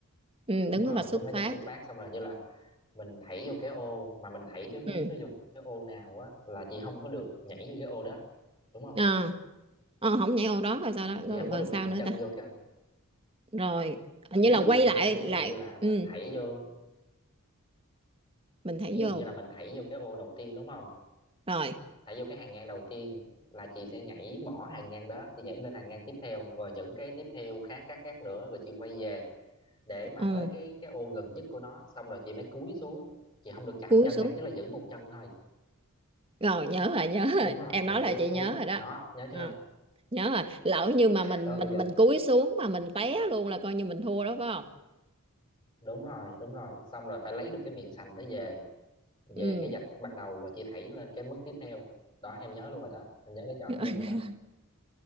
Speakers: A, on the right; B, on the left.
A: ừ,
B: đúng
A: đứng
B: rồi
A: ở vạch xuất
B: đứng ở
A: phát
B: vạch xuất phát xong rồi như là mình thảy vô cái ô mà mình thảy cái miếng
A: ừ.
B: đó vô cái ô nào á là chị không có được nhảy vô cái ô đó đúng không
A: à, à, không nhảy ô đó rồi sao đó
B: chị
A: rồi,
B: không có
A: rồi
B: được
A: sao
B: chạm
A: nữa
B: chân
A: ta
B: vô cái
A: rồi hình như
B: ví
A: là
B: dụ
A: quay
B: nha
A: lại
B: ví
A: lại
B: dụ như là mình
A: ừ,
B: thảy vô
A: mình thấy
B: ví dụ
A: vô
B: như là mình thảy vô cái ô đầu tiên đúng không
A: rồi
B: thảy vô cái hàng ngang đầu tiên là chị sẽ nhảy bỏ hàng ngang đó chị nhảy lên hàng ngang tiếp theo rồi những cái tiếp theo khác khác khác nữa rồi chị quay về để mà
A: ừ,
B: tới cái cái ô gần nhất của nó xong rồi chị mới cúi xuống chị không được chạm
A: cúi
B: chân
A: xuống
B: ngay tức là giữ một chân thôi
A: rồi nhớ rồi nhớ
B: đúng
A: rồi
B: rồi
A: em
B: mình
A: nói là
B: cúi
A: chị
B: xuống
A: nhớ rồi đó
B: đó nhớ
A: Ờ.
B: chưa
A: nhớ rồi lỡ như mà mình
B: đó bây
A: mình
B: giờ
A: mình cúi xuống mà mình té luôn là coi như mình thua đó phải không
B: đúng rồi đúng rồi xong rồi phải lấy được cái miếng sành đó về
A: ừ
B: về cái vạch ban đầu rồi chị thảy lên cái mức tiếp theo đó em nhớ luôn rồi đó em nhớ cái trò
A: <laughs>
B: đó luôn rồi đó